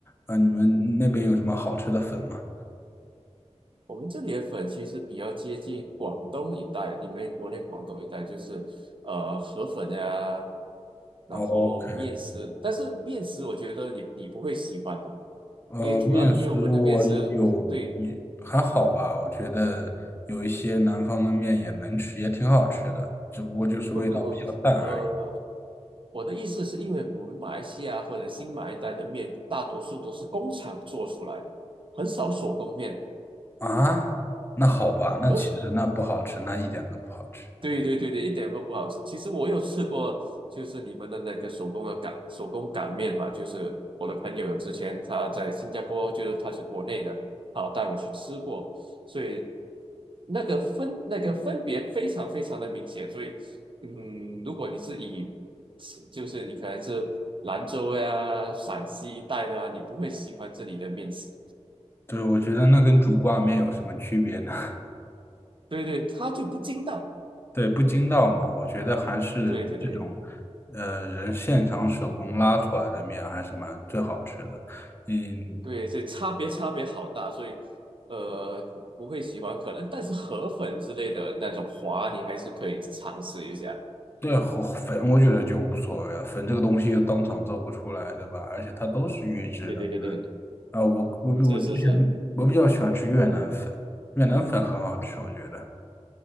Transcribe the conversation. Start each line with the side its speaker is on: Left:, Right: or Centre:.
Left: 啊、你们那边有什么好吃的粉吗
Right: 我们这里的粉其实比较接近广东一带，你们国内广东一带就是呃河粉呀，然后面食，
Left: ？OK，
Right: 但是面食我觉得你你不会喜欢的，
Left: 呃，
Right: 因为主要的，
Left: 面食我有也还好吧，
Right: 因为我们的面食对，
Left: 我觉得有一些南方的面也能吃，也挺好吃的，只不过就是味道比较淡而已。
Right: 不不不，呃，我的意思是因为我们马来西亚或者新马一带的面大多数都是工厂做出来的，很少手工面，
Left: 啊，那好吧，那其实那不好吃，
Right: 而。
Left: 那一点都不好吃。
Right: 对对对对，一点都不好吃。其实我有吃过，就是你们的那个手工的擀手工擀面嘛，就是我的朋友之前他在新加坡，就是他是国内的，好带我去吃过，所以那个分那个分别非常非常的明显。所以，嗯，如果你是以就是你可能是兰州呀、陕西一带的啊，你不会喜欢这里的面食。
Left: 对，我觉得那跟煮挂面有什么区别呢？<laughs>
Right: 对对，它就不筋道。
Left: 对，不筋道嘛，我觉得还是这种，
Right: 对对对。
Left: 呃，人现场手工拉出来的面还是蛮最好吃的。嗯，
Right: 对，所以差别差别好大，所以呃不不会喜欢，可能但是河粉之类的那种滑，你还是可以尝试一下。
Left: 对，和粉我觉得就无所谓了，粉这个东西又当场做不出来，对吧？而且它都是预制的
Right: 对对对对，
Left: 啊。我我比我之前我比较喜欢吃越南粉，
Right: 是是是，
Left: 越南粉很好吃，我觉得。